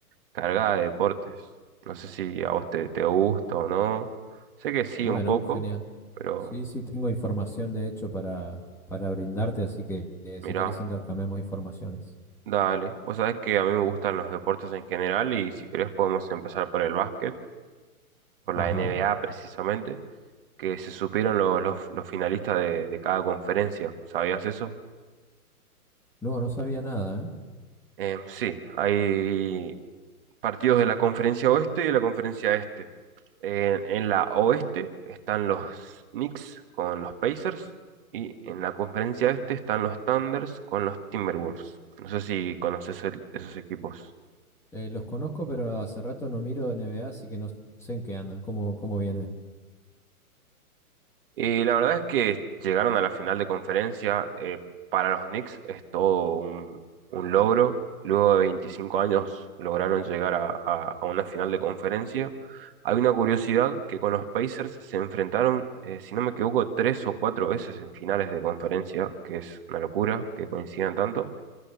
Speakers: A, on the right; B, in the centre.
A: cargada de deportes. No sé si a vos te, te gusta o no. Sé que sí
B: Bueno,
A: un poco,
B: genial.
A: pero
B: Sí, sí, tengo información de hecho para, para brindarte, así que eh,
A: mirá,
B: si querés intercambiamos informaciones.
A: dale. Vos sabés que a mí me gustan los deportes en general y si querés podemos empezar por el básquet, por la
B: Ajá.
A: N B A precisamente, que se supieron los, los- los finalistas de de cada conferencia. ¿Sabías eso?
B: No, no sabía nada, ¿eh?
A: Eh, sí, hay partidos de la conferencia oeste y de la conferencia este. En, en la oeste están los Knicks con los Pacers y en la conferencia este están los Thunders con los Timberwolves. No sé si conoces el- esos equipos.
B: Eh, los conozco, pero hace rato no miro NBA, así que no sé en qué andan, cómo, cómo viene.
A: Y la verdad es que llegaron a la final de conferencia. eh, para los Knicks es todo un, un logro. Luego de 25 años lograron llegar a, a- a una final de conferencia. Hay una curiosidad que con los Pacers se enfrentaron, eh, si no me equivoco, tres o cuatro veces en finales de conferencia, que es una locura que coincidan tanto.